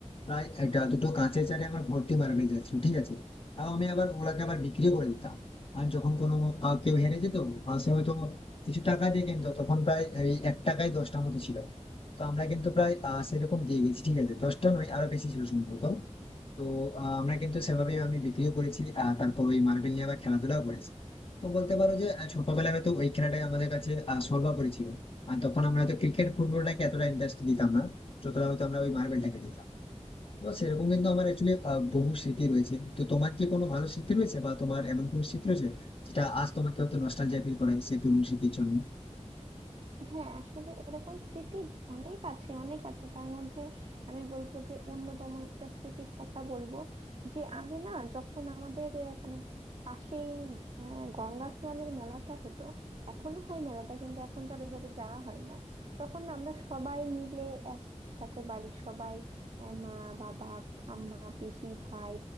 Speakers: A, on the left; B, on the right.
A: প্রায় একটা দুটো কাঁচের চারে আমার ভর্তি মার্বেল যাচ্ছিল ঠিক আছে তাও আমি আবার ওগুলাকে আবার বিক্রিও করে দিতাম আর যখন কোনো আহ, কেউ হেরে যেত আহ, সে হয়তো কিছু টাকা দিয়ে কিন্তু তখন প্রায় এই এক টাকায় দশটার মতো ছিল তো আমরা কিন্তু প্রায় আহ, সেরকম দিয়ে গেছি ঠিক আছে দশটা নয় আরো বেশি ছিল সম্ভবত তো আহ, আমরা কিন্তু সেভাবে আমি বিক্রিও করেছি আহ, তারপর ওই মার্বেল নিয়ে আবার খেলাধুলাও করেছি তো বলতে পারো যে আহ, ছোটবেলায় হয়তো ওই খেলাটাই আমাদের কাছে আহ, সর্বোপরি ছিল আর তখন আমরা হয়তো ক্রিকেট ফুটবলটাকে এতটা ইন্টারেস্ট দিতাম না যতটা হয়তো আমরা ওই মার্বেলটাকে দিতাম তো সেরকম কিন্তু আমার অ্যাকচুয়ালি বহু স্মৃতি রয়েছে তো তোমার কি কোনো ভালো স্মৃতি রয়েছে বা তোমার এমন কোনো স্মৃতি রয়েছে যেটা আজ তোমাকে হয়তো নস্টালজিয়া ফিল করেন সেই পুরনো স্মৃতির জন্য
B: হ্যাঁ আসলে এরকম স্মৃতি অনেক আছে অনেক আছে তার মধ্যে আমি বলবো যে অন্যতম একটা স্মৃতির কথা বলবো যে আগে না যখন আমাদের আহ, মানে পাশেই আহ, গঙ্গা স্নানের মেলাটা হতো এখনো হয় মেলাটা কিন্তু এখন তো আর ওইভাবে যাওয়া হয় না তখন আমরা সবাই মিলে একসাথে বাড়ির সবাই আহ, মা বাবা ঠাম্মা পিসি ভাই